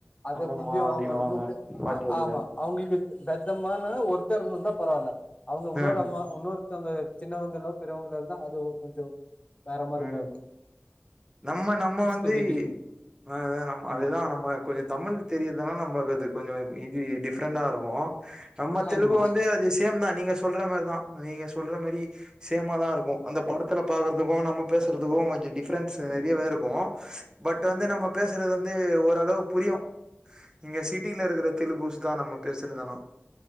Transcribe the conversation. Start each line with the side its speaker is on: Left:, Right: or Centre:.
Left: அத
Right: ஆமாமா
Left: கொஞ்ச
Right: அப்டின்னுவாங்க
Left: அவங்க வந்து
Right: பாட்டியா
Left: ஆமா
Right: கூட
Left: அவங்களுக்கு பெத்தம்மானு ஆ ஒருத்தர் இருந்தா பரவால்ல அவங்க இன்னொரு
Right: ம்
Left: அம்மா இன்னொரு த்தவங்க சின்னவங்கல்லா பெரியவங்கலா இருந்தா அது கொஞ்ச வேற மாரி
Right: ம்
Left: போ
Right: நம்ம நம்ம வந்து
Left: கொஞ்சோ டிஃப்ரெண்ட்
Right: ஆ நம்
Left: ஆமா
Right: அதுதா நம்ம கொஞ்சோ தமிழ் தெரிதுனா நம்ம அது கொஞ்ச இது டிப் டிஃப்ரெண்டா இருக்கு நம்ம தெலுங்கு
Left: ஆமா
Right: வந்து அது சேம் தா நீங்க சொல்ற மாரிதா நீங்க சொல்ற மாரி சேமா தா இருக்கு அந்த படத்துல பாக்கறதுக்கும் நமக் பேசுறதுக்கு கொஞ்சோ டிஃப்ரன்ஸ் நிறையவே இருக்கு பட் வந்து நம்ம பேசுறது வந்து ஓரளவு புரியு இங்க சிட்டில இருக்கிற தெலுங்குஸ் தா நம்ம பேசறது ஆனா